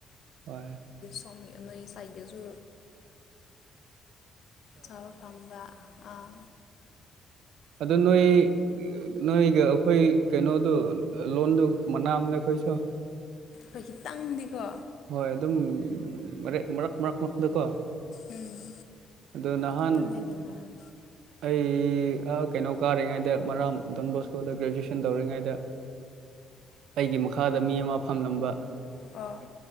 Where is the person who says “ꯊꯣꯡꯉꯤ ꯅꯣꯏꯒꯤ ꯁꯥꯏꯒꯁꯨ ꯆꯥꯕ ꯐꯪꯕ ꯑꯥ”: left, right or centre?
Left